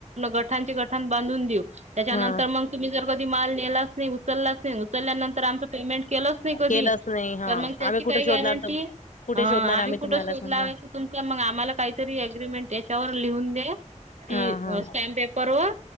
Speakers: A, on the right (about 60°); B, on the left (about 75°).
A: गठांचे गठान बांधून देऊ, त्याच्यानंतर
B: हां.
A: मग तुम्ही जर कधी माल नेला नाही उचललाच नाही, उचलल्यानंतर आमचं पेमेंट प्लस नाही कधी
B: केलंच नाही हा
A: तर मग त्याची
B: आम्ही कुठे
A: काय
B: शोधणार
A: गॅरंटी.
B: तर कुठे
A: ह आम्ही
B: शोधणार
A: कुठं
B: तुम्हाला
A: शोध
B: समजा
A: लावायचा तुमचा मग आम्हाला काहीतरी अ‍ॅग्रीमेंट याच्यावर लिहून दे. कि
B: हा हा
A: स्टॅम पेपर वर